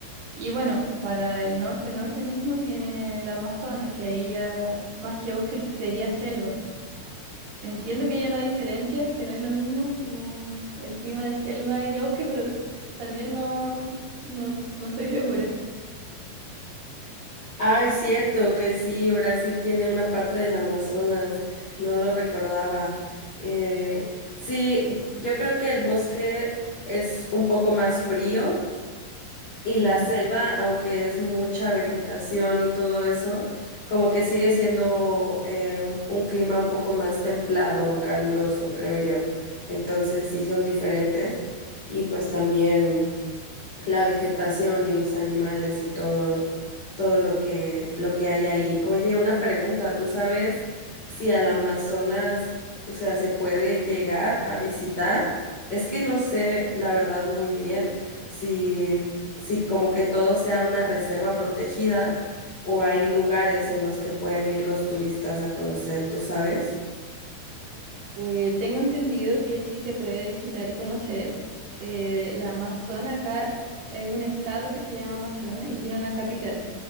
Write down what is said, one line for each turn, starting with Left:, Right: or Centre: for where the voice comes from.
Right: Y bueno, para el norte, norte mismo tiene el Amazonas, que ahí ya más que bosque sería selva. Entiendo que hay una diferencia, que no es lo mismo como el clima de selva y de bosque, pero también no, no, no estoy <laughs> segura.
Left: Ah, es cierto que sí, Brasil tiene una parte del Amazonas, no lo recordaba. Eh, sí, yo creo que el bosque es un poco más frío Y
Right: Ujú.
Left: la selva, aunque es mucha vegetación y todo eso, como que sigue siendo eh, un, un clima un poco más templado, caluroso, creo yo. Entonces sí son diferentes. Y pues también la vegetación y los animales y todo, todo lo que, lo que hay ahí. Oye, una pregunta, ¿tú sabes si al Amazonas, o sea, se puede llegar a visitar? Es que no sé, la verdad, muy bien, si, si como que todo sea una reserva protegida o hay lugares en los que pueden ir los turistas a conocer, ¿tú sabes?
Right: Eh, tengo entendido que sí se puede visitar y conocer. Eh, la Amazonas acá es un estado que se llama Amazonas y tiene una capital